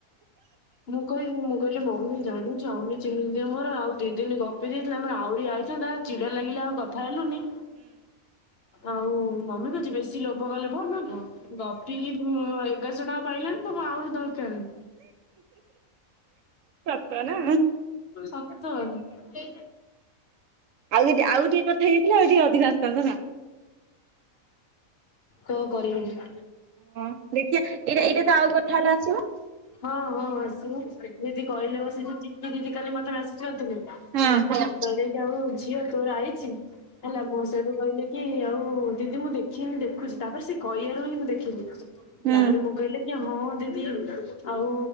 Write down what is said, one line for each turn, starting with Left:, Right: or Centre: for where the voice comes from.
Left: ମୁଁ କହିଲି ମୁଁ କହିଲି ମମି ଜାଣୁ ଜମି ଚିନି ଦିଦିର ମୋର ଆଉ ଦି ଦିନ ଗପି ଦେଇଥିଲେ ଆମର ଆହୁରି ଆଇଥାନ୍ତା। ଚିଡା ଲାଗିଲା ଆଉ କଥା ହେଲୁନି। ଆଉ ମମି କହୁଛି ବେଶୀ ଲୋଭ କଲେ ଭଲ ନୁହଁ ଗପିକି ହଁ ଏଗାରଶହ ଟଙ୍କା ପାଇଲାନି ତମକୁ ଆହୁରି ଦରକାର।
Right: ସତ ନା?
Left: ସତ ଆଜ୍ଞା।
Right: ଆଉ ଇଟି ଆଉ ଟିକେ କଥା ହେଇଯାଇଥିଲେ ଆଉ ଟିକେ ଅଧିକ ଆସଥାନ୍ତା ନା?
Left: କଣ କରିମି?
Right: ହଁ ଦେଖିଆ ଏଇଟା ଏଇଟା ତ ଆଉ କଥା ହେଲା ଆସିବ?
Left: ହଁ ହଁ ଆସିବ ଦିଦି କହିଲେ ମ ସେ ଯୋଉ ଚିନୁ ଦିଦି କାଲି ମତେ ମେସେଜ କରିଥିଲେ।
Right: ହଁ
Left: ହେଲା
Right: ହୁଁ
Left: କହିଲେ କି ଆଉ ଝିଅ ତୋର ଆଇଛି ହେଲା ମୋ ସେଡୁ କହିଲେ କି ଆଉ ଦିଦି ମୁଁ ଦେଖିନି ଦେଖୁଛି ତାପରେ ସେ କହିବାରୁ ହିଁ ମୁଁ ଦେଖିଲି।
Right: ହୁଁ
Left: ତାପରେ ମୁଁ କହିଲି ଆଜ୍ଞା ହଁ ଦିଦି ଆଉ